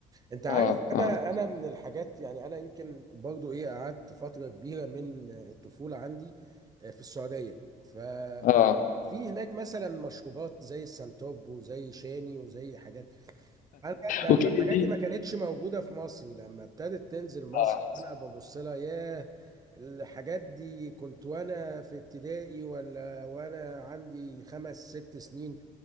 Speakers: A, on the right; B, on the left.
A: انت عارف
B: اه
A: انا انا من الحاجات يعني انا يمكن برضو ايه قعدت فتره كبيره من الطفوله عندي آه، في السعوديه ففي
B: اه
A: هناك مثلا مشروبات زي السنتوب وزي شاني وزي حاجات انا لما
B: وكيدي
A: الحاجات
B: دي
A: دي ما كانتش موجوده في مصر لما ابتدت تنزل مصر
B: اه
A: انا ببص لها ياه الحاجات دي كنت وانا في ابتدائي ولا وانا عندي خمس ست سنين